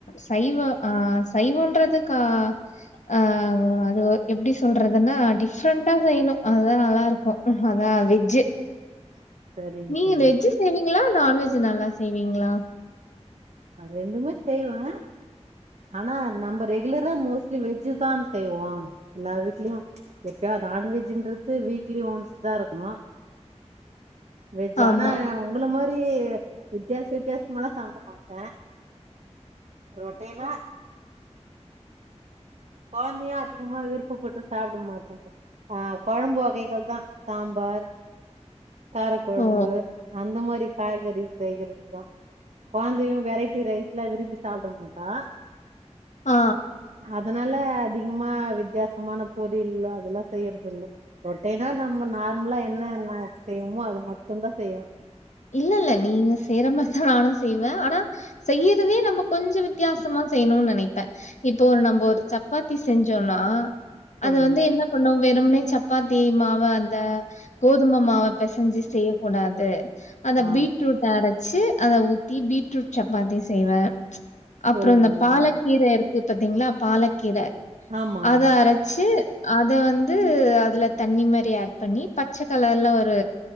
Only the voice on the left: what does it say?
சைவ ஆ சைவன்றது கா ஆ அது ஒ எப்டி சொல்றதுன்னா டிஃப்ரெண்டா செய்ணு அதுதா நல்லாருக்கும் அதா வெஜ்ஜு
நீங்க
வெஜ் செய்வீங்களா நான்வெஜ் நல்லா செய்வீங்களா
ஆமா.
ஓ!
ஆ
இல்ல இல்ல நீங்க செய்ற மாரிதா நானு செய்வே ஆனா செய்யறதே நம்ம கொஞ்சோ வித்தியாசமா செய்யணுன்னு நெனைக் ப்பே இப்போ ஒரு நம்போ ஒரு சப்பாத்தி செஞ்சோன்னா
அத வந்து என்ன பண்ணு வெறும்னே சப்பாத்தி மாவ ந்த கோதும மாவ பெசன்ஞ்சு செய்யக்கூடாது அத
பீட்ரூ அரச்சு அத ஊத்தி பீட்ரூட் சப்பாத்தி செய்வே அப்றோ
இந்த பாலக்கீர
இருக்கு பத்தீங்களா பாலக்கீர
அத
அர ச்சி அத வந்து அதுல தண்ணி மாதிரி ஆட் பண்ணி பச்ச கலர்ல ஒரு